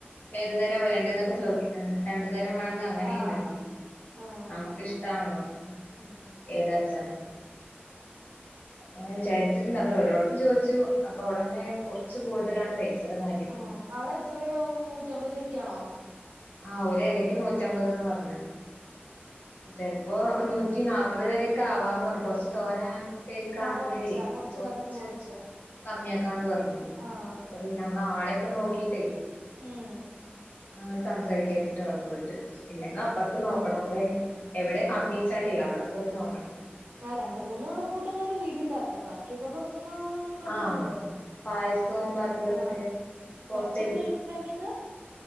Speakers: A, on the left (about 50°); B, on the right (about 80°).
A: ഏതുതരാ വേണ്ടെന്നൊക്കെ ചോദി രണ്ടു തരം വേണ ത് അങ്ങനീണ്ടല്ലോ
B: ആഹ് ആഹ്
A: നമ്മക്കിഷ്ടാണല്ലോ
B: ഉം
A: ഏതാച്ചാ ഇങ്ങനെ വിചാരിച്ചിണ്ടപ്പൊ ഒരോടത്ത് ചോദിച്ചു അപ്പൊ അവിടെ ഇങ്ങനെ കുറച്ചു കൂടുതലാണ് പൈസടെ കാര്യം
B: ആഹ് അവിടെ എത്ര രൂപയാവും നൂറ്റമ്പത് രൂപക്കാണോ
A: ആ ഒരലെക്ക് നൂറ്റമ്പത് ന്നാ പറഞ്ഞ് ചെൽപ്പോ നൂറ്റിനാപ്പത് വരെക്കെ ആവാന്ന് പറഞ്ഞു കൊറച്ച് തോനെ പേര്ക്കാണെങ്കിലെയ്
B: ആഹ് കൊറച്ചാ കൊറച്ച്
A: കൊർച്ച്
B: കറിയൊക്കെ കൊറച്ചാ
A: കമ്മിയാക്കാന്ന് പറഞ്ഞു
B: ആഹ്
A: അത് ഞങ്ങളാളെയൊക്കെ നോക്കിട്ടേ
B: ഉം
A: ഞങ്ങള് സംസാരിക്കാച്ചിട്ട് അവിടെ പോയിട്ട് ഇല്ലെങ്കി അപ്പറത്ത് നോക്കണോണ്ടേ എവിടെ കമ്മിച്ചാലെയ് അവിടെ പോയി നോക്കണം
B: ആ രണ്ട് മൂന്ന് കൂട്ടം കറി വീട്ടിലിണ്ടാക്കും ബാക്കിയൊക്കെ പുറത്ത്ന്ന് വാങ്ങാണ് കുഴപ്പൊന്നൂല്ല
A: ആഹ് പായസവും ബാക്കിയുള്ളതൊക്കെ
B: ആ
A: പുറത്ത്
B: കൊറച്ചൊക്കെ വീട്ടില്ണ്ടാക്കീട്ട്